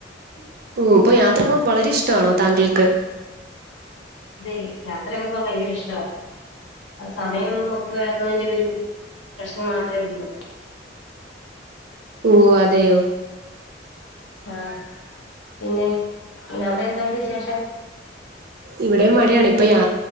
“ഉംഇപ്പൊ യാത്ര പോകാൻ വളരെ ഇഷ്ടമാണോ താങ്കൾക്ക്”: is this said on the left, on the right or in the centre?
Right